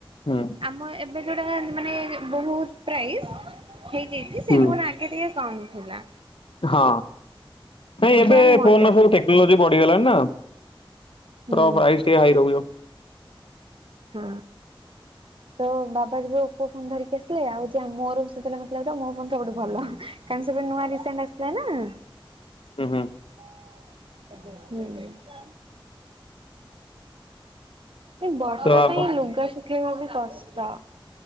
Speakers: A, on the left; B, on the right.
A: ହୁଁ।
B: ଆମ ଏବେ ଯୋଉଟା ମାନେ ବହୁତ ପ୍ରାଇଜ ହେଇଯାଇଛି ସେ
A: ହୁଁ।
B: ଫୋନ ଆ ଗେ ଟିକେ ଟିକେ କମ୍ ଥିଲା।
A: ହଁ ନାଇଁ ଏବେ
B: ସେମ୍ ମଡେଲ
A: ଫୋନ୍ ର ସବୁ ଟେକ୍ନୋଲୋଜି ବଢିଗଲାଣି ନା।
B: ହୁଁ
A: ତ୍ର ପ୍ରାଇସ ଟିକେ ହାଇ ରହୁବ।
B: ହଁ, ତ ମୋ ବାବା ଯେବେ ଓପୋ ଫୋନ୍ ଧରିକି ଆସିଲେ ଆଉ ଯେ ମୋର ସେତବେଳେ ନଥିଲା ତ ମୋ ଫୋନ୍ ସବୁଠୁ ଭଲ। କାରଣ ସେବେ ନୂଆ ରିସେଣ୍ଟ ଆସିଥିଲା ନା।
A: ଉଁ ହୁଁ।
B: ହୁଁ। ଏ ବର୍ଷା
A: ତ ଆମ
B: ପାଇଁ ଲୁଗା ଶୁଖେଇବା ବି କଷ୍ଟ।